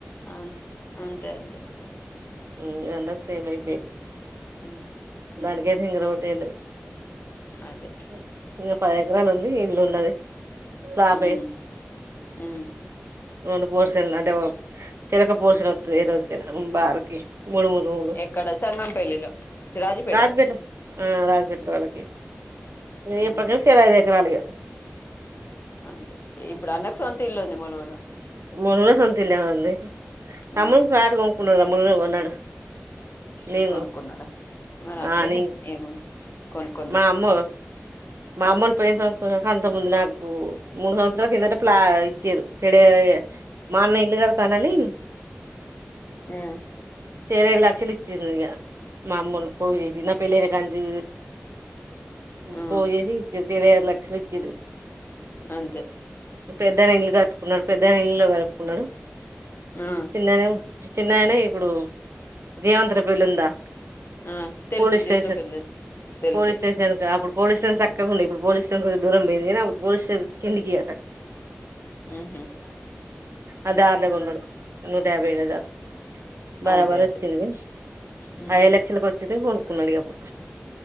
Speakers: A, on the left; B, on the right.
A: అ అంతే అంతే
B: హు అందరికీ సేమ్ అయిపోయింది
A: హు
B: దానికైతే రొటీన్
A: అదే
B: <unintelligible> ఎరాలు ఉంది ఇల్లు ఉన్నది ఫ్లాప్
A: ఉమ్
B: <inaudible>
A: ఉమ్
B: రెండు పోర్సున్ అంటే చిరక పోర్సులు వస్తుంది ఏ రోజుక బారకి మూడు మూడు రూములు
A: ఎక్కడ సంగంపల్లిలో రాజపేల్లి
B: రాజపేట రాజపేటలో వాళ్ళకి
A: ఉమ్
B: ఈ ప్రక్క నుంచిరైదు ఎకరాలుగా
A: అంతే ఇప్పుడు అన్నకు సొంత ఇల్లు ఉంది ములుగులో
B: మూడు సొంతిల్లే ఉంది తమ్మునికి
A: ఉమ్
B: ఫ్లాట్ కొనుకుంటునామ్ మొన్ననే కొన్నాడు నేను
A: ఇ కొనుక్కున్నాడా మరి అంతేలే
B: ఆ నేను
A: ఏముం కొనుక్కొనిబెట్టుకుంటే
B: మా అమ్మ మా అమ్మోలు పోయేసి వచి హా అంత ముందు నాక్ మ్మ్ మూడు సంవత్సరాల కిందట ఫ్ల ఇచ్చిరు చెడు మా అన్న ఇల్లు కడతాండని
A: హ్మ్.
B: ఈర్వేయైదు లక్షలు ఇచ్చిందిక మా అమూలు పోయి చేసి నా పెళ్ళైన కాడా నుంచి
A: ఆ
B: పోగేసి ఇరవైఐదు లక్షలు ఇచ్చిరు
A: అంతే
B: పెద్దైన ఇల్లు కట్టుకున్నాడు పెద్దైన ఇల్లులో కలుపుకున్నాడు
A: ఆ
B: చిన్నగనే చిన్నయినా ఇప్పుడు జీవంత పిల్లు ఉందా
A: ఆ తెలుసు
B: పోలీస్ స్టేషన్
A: జీంద్రపల్ తెలుస్ తెలుసు
B: పోలీస్ స్టేషన్ అప్పుడు పోలీస్ స్టేషన్ చక్కకు ఉండ ఇప్పుడు పోలీస్టషన్ కొంచం దూరం పోయింది కానీ పోలీ స్టేషన్ కిందికి ఆ
A: మ్మ్ హ్మ్
B: అదే దార్లో ఉన్నడు యాభై గజాలు బరాబరు
A: అదే అదే
B: వచ్చింది
A: హ్మ్.
B: ఐదు లక్షలలకు వచ్చిందు ఉన్నాడిగప్పుడు